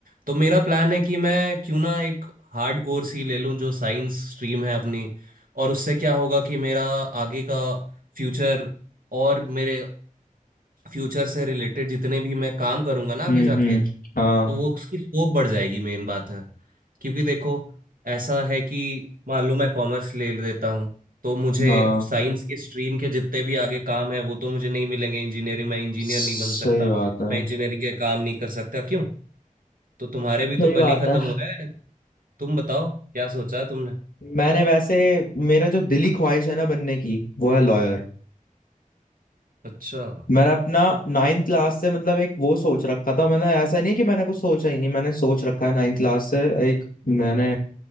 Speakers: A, on the right; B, on the left.
A: तो मेरा प्लान है कि मैं क्यों ना एक हार्ड कोर्स ही ले लूं जो साइंस स्ट्रीम है अपनी और उससे क्या होगा कि मेरा आगे का फ्यूचर और मेरे फ्यूचर से रिलेटेड जितने भी मैं काम करूंगा ना आगे
B: हम्म
A: जाके
B: हम्म
A: तो
B: हाँ
A: वो उसकी स्कोप बढ़ जाएगी मेन बात है क्योंकि देखो ऐसा है कि मान लो मैं कॉमर्स ले लेता हूँ तो मुझे
B: हाँ
A: साइंस के स्ट्रीम के जितने भी आगे काम है वो तो मुझे नहीं मिलेंगे इंजीनियरिंग मैं इंजीनियर
B: सही
A: नहीं बन सकता
B: बात है
A: मैं इंजीनियरिंग के काम नहीं कर सकता क्यों तो तुम्हारे भी तो
B: सही
A: कल
B: बात
A: ही खत्म
B: है
A: हो रहा है तुम बताओ क्या सोचा है तुमने
B: मैंने वैसे मेरा जो दिली ख्वाहिश है ना बनने की वो है लॉयर
A: अच्छा
B: मैंने अपना नाइन्थ क्लास से मतलब एक वो सोच रखा था मैंने ऐसा नहीं है कि मैंने कुछ सोचा ही नहीं मैंने सोच रखा है नाइन्थ क्लास से एक मैंने